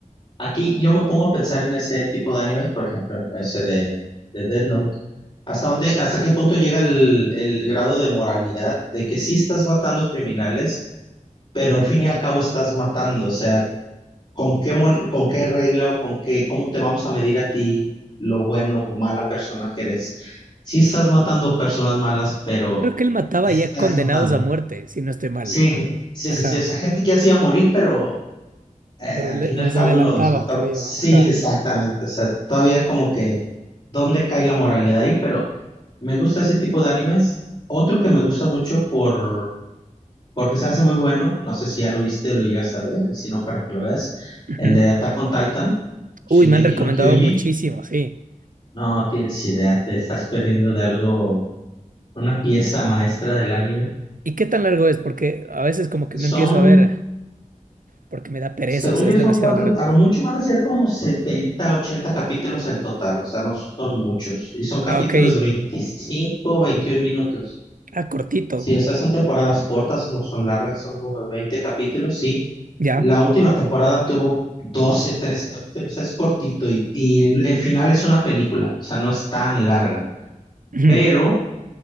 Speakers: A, on the left; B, on the right.
A: Aquí yo me pongo a pensar en ese tipo de anime, por ejemplo, en ese de, de Death Note. ¿Hasta dónde, hasta qué punto llega el, el grado de moralidad de que sí estás matando criminales, pero al fin y al cabo estás matando? O sea, ¿con qué, mon- con qué regla o con qué, cómo te vamos a medir a ti lo bueno o mala persona que eres? Sí estás matando personas malas, pero
B: Creo que él mataba
A: estás
B: ya condenados
A: matando.
B: a muerte, si no estoy mal.
A: Sí, sí,
B: Ajá.
A: sí, sí. O sea, gente que así iba a morir, pero eh, al
B: Pero le-
A: fin
B: les
A: y al cabo
B: adelantaba,
A: los mataron.
B: creo
A: Sí,
B: yo. Ajá.
A: exactamente. O sea, todavía es como que dónde cae la moralidad ahí, pero me gusta ese tipo de animes. Otro que me gusta mucho por porque se hace muy bueno, no sé si ya lo viste, o lo llegas a ver, y si no, para que lo veas,
B: Ujú.
A: el de Attack on Titan, Shingeki
B: Uy, me han recomendado
A: no Kyoji.
B: muchísimo, sí.
A: No tienes idea, te estás perdiendo de algo, una pieza maestra del anime.
B: ¿Y qué tan largo es? Porque a veces como que
A: Son
B: no empiezo a ver, porque me da pereza,
A: Según
B: o sea,
A: yo
B: es
A: son
B: demasiado
A: cuatro,
B: largo.
A: a lo mucho van a ser como 70, 80 capítulos en total, o sea, no son muchos. Y son capítulos
B: Ah, ok.
A: de 25, 21 minutos.
B: Ah, cortito.
A: Sí, o sea, son temporadas cortas, no son largas, son como 20 capítulos, sí.
B: Ya.
A: La última temporada tuvo 12, 13 capítulos, o sea, es cortito y, y el el final es una película, o sea, no es tan larga.
B: <clears throat> Ujú.
A: Pero